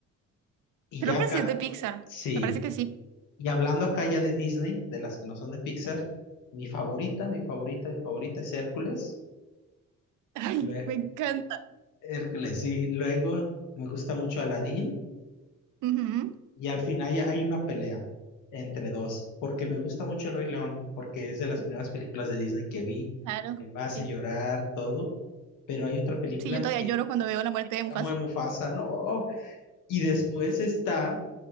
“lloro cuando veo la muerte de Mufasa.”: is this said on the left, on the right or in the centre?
Right